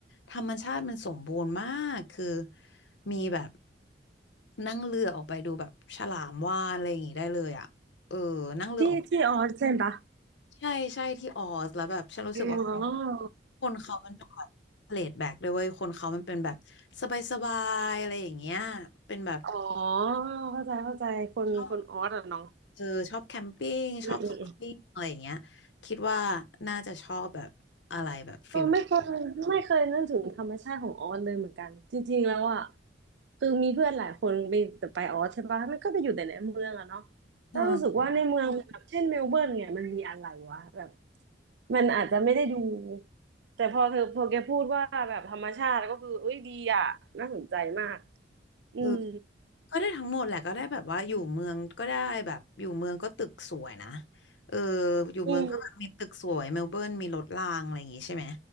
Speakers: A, on the left (about 85°); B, on the right (about 75°).
A: ธรรมชาติมันสมบูรณ์มากคือมีแบบนั่งเรือออกไปดูแบบฉลามวาฬอะไรอย่างงี้ได้เลยอ่ะเออนั่งเรือออก
B: ที่ที่ออสใช่ปะ
A: ใช่ใช่ที่ออสแล้วแบบฉันรู้สึกว่าคน
B: อ๋อ
A: คนเขามันเป็นแบบเพลทแบ็กด้วยเวยคนเขามันเป็นแบบสบายๆอะไรอย่างเงี้ยเป็นแบบ
B: อ๋อเข้าใจเข้าใจคนคนออสอ่ะเนาะ
A: ชอบเออชอบแคมปิ้งชอบสกูปิ้งอะไรอย่างเงี้ยคิดว่า
B: อืมอืม
A: น่าจะชอบแบบอะไรแบบฟิล
B: เออไม่เคยไม่เคยนึกถึงธรรมชาติของออสเลยเหมือนกันจริงๆแล้วอ่ะคือมีเพื่อนหลายคนไปแต่ไปออสใช่ปะมันก็ไปอยู่แต่ในเมืองอะเนาะแล้วรู้สึกว่าในเมืองแบบเช่นเมลเบิร์นเนี่ยมันมีอะไรวะแบบ
A: เออ
B: มันอาจจะไม่ได้ดูแต่พอเธอพอแกพูดว่าแบบธรรมชาติก็คือเอ้ยดีอ่ะน่าสนใจมากอืม
A: เออ ก็ได้ทั้งหมดแหละก็ได้แบบว่าอยู่เมืองก็ได้แบบอยู่เมืองก็ตึกสวยนะเอออยู่เมืองก็แบบมีตึกสวยเมลเบิร์นมีรถรางอะไรอย่างงี้ใช่ไหม
B: อืม